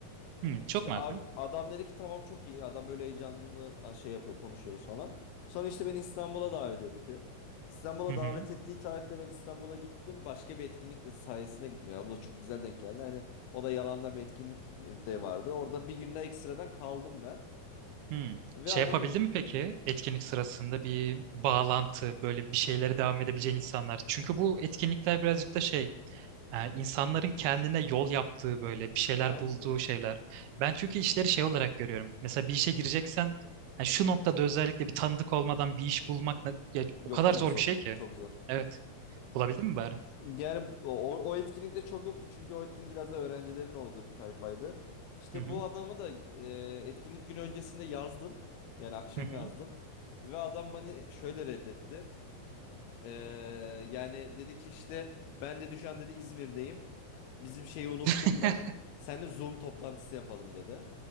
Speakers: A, on the right; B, on the left.
A: Hı, çok
B: İşte
A: makul.
B: abi, adam dedi ki tamam çok iyi. Adam böyle heyecanlı a, şey yapıyor konuşuyoruz falan. Sonra işte beni İstanbul'a davet etti. İstanbul'a
A: Hı
B: davet
A: hı.
B: ettiği tarihte ben İstanbul'a gittim. Başka bir etkinlik sayesinde gittim. Ya o da çok güzel denk geldi. Hani o da yalandan bir etkinlik e, de vardı. Orada bir günde ekstradan kaldım ben.
A: Hı.
B: Ve
A: Şey
B: adam
A: yapabildi mi peki etkinlik sırasında bir bağlantı böyle bir şeylere
B: iş-
A: devam edebileceğin insanlar? Çünkü bu etkinlikler birazcık da şey e, insanların kendine yol yaptığı böyle bir şeyler
B: aynen.
A: bulduğu şeyler. Ben çünkü işleri şey olarak görüyorum. Mesela bir işe gireceksen ha, şu noktada özellikle bir tanıdık olmadan bir iş bulmak ne- ya,
B: Yok
A: o kadar
B: çok
A: zor
B: zor.
A: bir şey ki.
B: Çok zor.
A: Evet. Bulabildin mi bari?
B: Yani o, o etkinlikte çok yoktu çünkü o etkinlik biraz da öğrencilerin olduğu bir tayfaydı. İşte
A: Hı hı.
B: bu adamı da e, etkinlik günü öncesinde yazdım. Yani akşam
A: Hı hı.
B: yazdım. Ve adam beni şöyle reddetti. E, yani dedi ki işte ben dedi şu an dedi İzmir'deyim. Bizim şeyi unuttum
A: <laughs>
B: ben. Seninle Zoom toplantısı yapalım dedi.